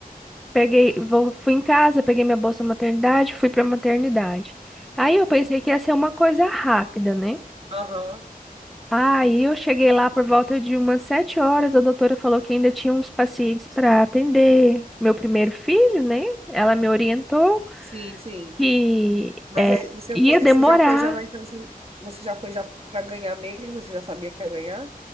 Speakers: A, in the centre; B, on the right.
A: peguei, vou- fui em casa, peguei minha bolsa maternidade, fui para maternidade. Aí eu pensei que ia ser uma coisa rápida, né?
B: Aham.
A: Aí eu cheguei lá por volta de umas sete horas, a doutora falou que ainda tinha uns pacientes para atender meu primeiro filho, né? Ela me orientou
B: Sim, sim.
A: que
B: Mas
A: é,
B: aí, você
A: ia
B: foi,
A: demorar.
B: você já foi já na intenção, você já foi já para ganhar mesmo? Você já sabia que ia ganhar?